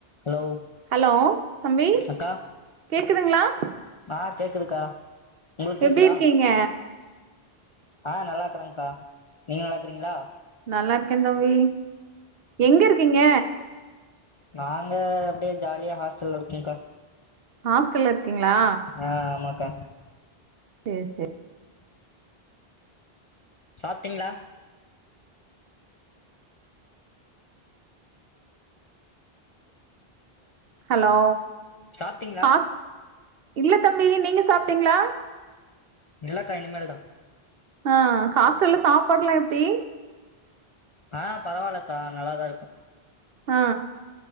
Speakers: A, on the left; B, on the right.
A: hello
B: hello தம்பி
A: அக்கா
B: கேக்குதுங்ளா
A: ஆ கேக்குதுக்கா உங்ளுக் கேக்குதா
B: எப்டி இருக்கீங்க
A: ஆ நல்லாக்கறங்க்கா நீங்க நல்லாருக்குறீங்ளா
B: நல்லார்க்கேந் தம்பி எங்க இருக்கீங்க
A: நாங்க அப்டியே ஜாலியா ஹாஸ்டல்ல இருக்கேங்க்கா
B: ஹாஸ்டல்ல இருக்கீங்ளா
A: அ ஆமாக்கா
B: சேர் சேர்
A: சாப்ட்டீங்ளா
B: ஹலோ
A: சாப்ட்டீங்களா
B: ஹாஸ் இல்லத் தம்பி நீங்க சாப்ட்டீங்ளா
A: இல்லக்கா இனிமேல்தா
B: ஆ ஹாஸ்டல்ல சாப்பாடுலா எப்டி
A: ஆ பரவாலக்கா நல்லாதா இருக்கு
B: ஆ